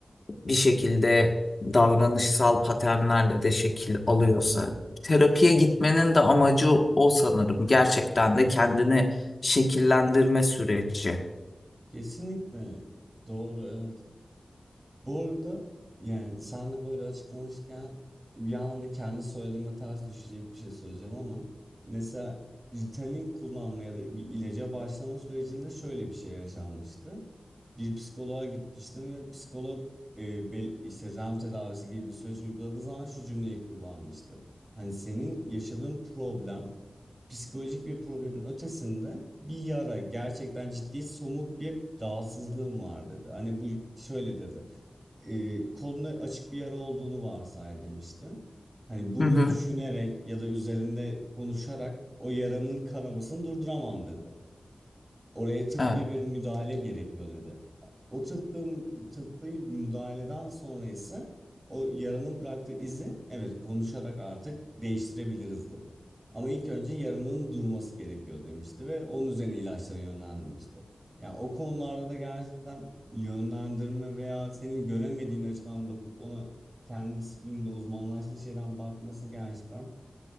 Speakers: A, on the left; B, on the right.
A: bir şekilde davranışsal paternlerle de şekil alıyorsa terapiye gitmenin de amacı o sanırım. Gerçekten de kendini şekillendirme süreci.
B: Kesinlikle doğru, evet. Bu arada yani sen de böyle açıklamışken bir anda kendi söylediğime ters düşecek bir şey söyleyeceğim ama mesela Ritalin kullanma ya da bir ilaca başlama sürecinde şöyle bir şey yaşanmıştı. Bir psikoloğa gitmiştim ve psikolog e, bel- işte REM tedavisi gibi bir süreç uyguladığı zaman şu cümleyi kullanmıştı. Hani senin yaşadığın problem psikolojik bir problemin ötesinde bir yara, gerçekten ciddi somut bir rahatsızlığım var dedi. Hani bu şöyle dedi. E, koluna açık bir yara olduğunu varsay demişti. Hani bunu
A: Hı hı.
B: düşünerek ya da üzerinde konuşarak o yaranın kanamasını durduramam dedi. Oraya tıbbi
A: Evet.
B: bir müdahale gerekiyor dedi. O tıbbi, tıbbi müdahaleden sonra ise o yaranın bıraktığı izi evet konuşarak artık değiştirebiliriz dedi. Ama ilk önce yaranın durması gerekiyor demişti ve onun üzerine ilaçlara yönlendirmişti. Yani o konularda da gerçekten yönlendirme veya senin göremediğin açıdan bakıp ona kendi disiplinde uzmanlaştığı şeyden bakması gerçekten